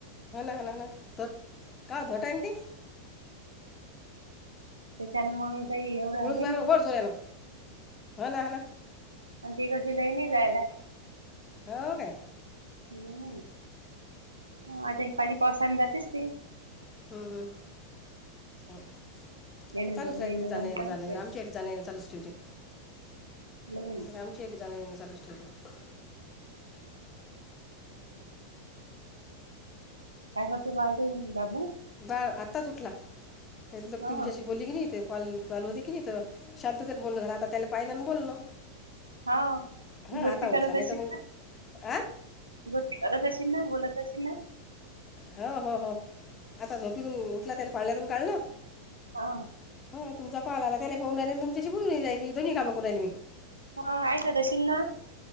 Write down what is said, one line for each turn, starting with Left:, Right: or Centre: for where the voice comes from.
Left: हा ना ह ना ह ना ट का ोटा एी
Right: त्याच्यान मग काही एवढं
Left: उळून
Right: हे
Left: पा
Right: नाही
Left: वर जोर आहे ना हा ना ह ना
Right: आणि तिकडची लय नाही जायला
Left: हो का
Right: हम् आता पाणी पावसान जातेच ते
Left: हम् हम् आता
Right: येणं
Left: चालूच
Right: जाणं
Left: रा
Right: येणं
Left: त जाणं ये
Right: चालूच
Left: ना जाणं
Right: राहते
Left: ये आमच्या या जाण ये ना चालूच ठेवटी
Right: हम्
Left: आमची एक जाण नेण लूच ठीक आहे
Right: काय करते बा त बाबू
Left: बाळ आत्ताच उठला लग
Right: हा
Left: तुमच्याशी बोलली की नाही तेॉल चालू होते की नाही शांततेने बोल झालं, आता त्याला पाहिलं आणि बोललो.
Right: हा
Left: हा
Right: तू गोष्टी
Left: आता
Right: करत
Left: उठला, नाही
Right: असशील
Left: तर मग
Right: ना
Left: आ
Right: गोष्टी करत असील ना, बोलत असील ना.
Left: हो हो हो, आता झोपीतून उठला, त्याला पाळण्यातून काढलं
Right: हा.
Left: हा तुमचा कॉल आला, त्याले पाहून राहिले आणि तुमच्याशी बोलूनही राहिली. दोन्ही काम करून राहिली मी.
Right: हा ऐका तशींना